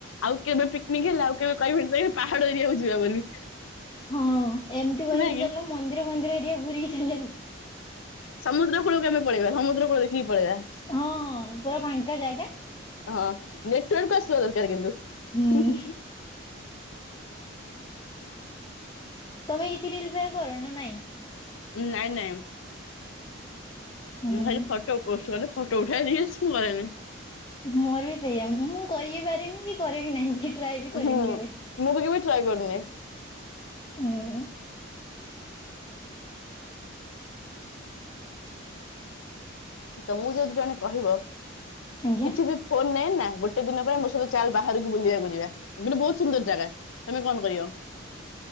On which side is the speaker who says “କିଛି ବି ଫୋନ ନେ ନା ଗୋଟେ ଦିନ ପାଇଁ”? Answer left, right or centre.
Left